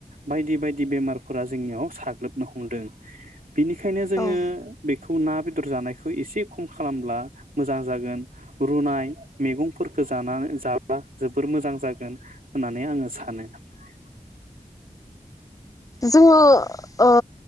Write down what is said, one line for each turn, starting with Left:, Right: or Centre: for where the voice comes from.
Right: बायदि बायदि बेमारफोरा जोंनियाव साग्लोबनो हमदों। बिनिखायनो जोङो
Left: औ
Right: बेखौ ना बेदर जानायखौ एसे खम खालामब्ला मोजां जागोन रुनाय मैगंफोरखौ जानानै जाब्ला जोबोर मोजां जागोन होननानै आङो सानो ।
Left: जोङो ओ